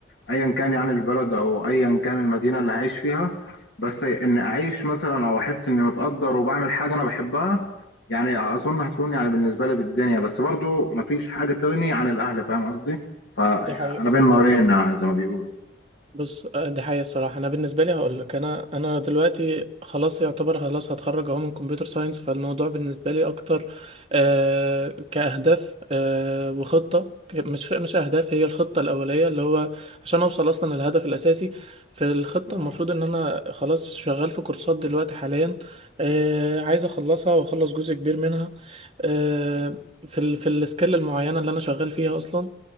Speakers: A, on the left; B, on the right.
A: ايا كان يعني البلد او ايا كان المدينه اللي هعيش فيها بس ان اعيش مثلا او احس اني متقدر وبعمل حاجه انا بحبها يعني اظن هتكون يعني بالنسبه لي بالدنيا بس برضو مفيش حاجه تغني عن الاهل فاهم قصدي فانا
B: دي حقيقة الصراحة
A: بين نارين زي ما بيقولوا
B: بص آه، دي حقيقة الصراحة أنا بالنسبة لي هقول لك أنا أنا دلوقتي خلاص يعتبر خلاص هتخرج أهو من كمبيوتر ساينس فالموضوع بالنسبة لي أكتر آه كأهداف آه وخطة ك- مش مش أهداف هي الخطة الأولية اللي هو عشان أوصل أصلا للهدف الأساسي في الخطة
A: اه
B: المفروض إن أنا خلاص شغال في كورسات دلوقتي حاليا آه عايز أخلصها وأخلص جزء كبير منها آه في ال في السكيل المعينة اللي أنا شغال فيها أصلا